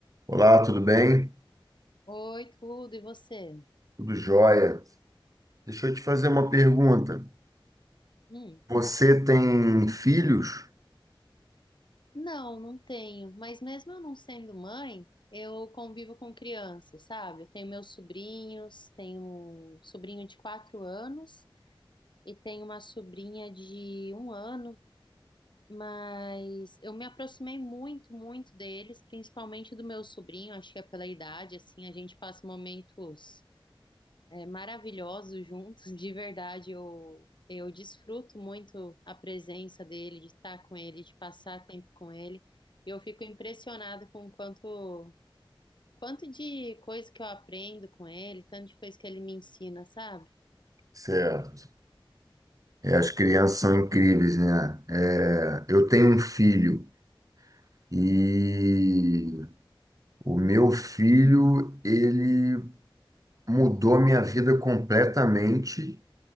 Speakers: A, on the right; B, on the left.
A: Olá, tudo bem?
B: Oi, tudo, e você?
A: Tudo jóia. Deixa eu te fazer uma pergunta.
B: Hum,
A: Você tem filhos?
B: não, não tenho. Mas mesmo eu não sendo mãe, eu convivo com crianças, sabe? Eu tenho meus sobrinhos, tenho um sobrinho de quatro anos e tenho uma sobrinha de um ano, mas eu me aproximei muito, muito deles, principalmente do meu sobrinho, acho que é pela idade, assim, a gente passa momentos. é, maravilhosos juntos. De verdade, eu, eu desfruto muito a presença dele, de estar com ele, de passar tempo com ele. E Eu fico impressionada com o quanto, quanto de coisa que eu aprendo com ele, tanto de coisa que ele me ensina, sabe?
A: Certo. É, as crianças são incríveis, né? É, eu tenho um filho e o meu filho, ele mudou minha vida completamente.